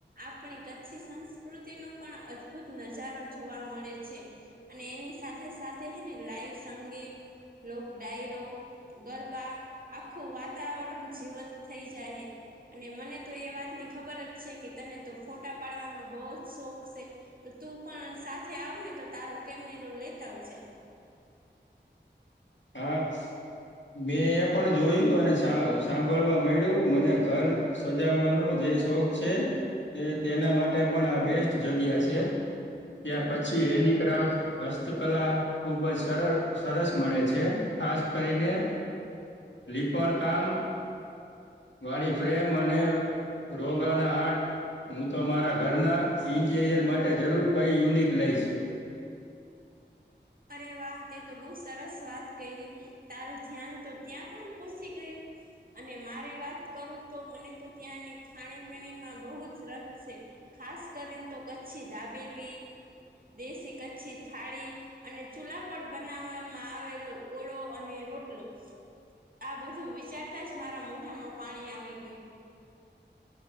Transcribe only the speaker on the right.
આપણી કચ્છી સંસ્કૃતિનો પણ અદભુત નજારો જોવા મળે છે. અને એની સાથે સાથે હેને લાઈવ સંગીત લોક ડાયરો ગરબા આખું વાતાવરણ જીવંત થઈ જાય. અને મને તો એ વાતની ખબર જ છે કે તને તો ફોટા પાડવાનો બહુ જ શોખ છે. તો તું પણ સાથે આવ ને તો તારો કેમેરો લેતા આવજ
અરે વાહ તે તો બહુ સરસ વાત કરી રહી. તારું ધ્યાન તો ત્યાં પણ પોહચી ગયુ અને મારી વાત કરું તો મને તો ત્યાંની ખાણી પીણીમાં બહુ જ રસ છે. ખાસ કરીને તો કચ્છી ધાબેલી દેશી કચ્છી થાળી અને ચૂલા પર બનાવવામાં આવેલો ઓળો અને રોટલો આ બધું વિચારતા જ મારા મોઢામાં પાણી આવી ગયુ.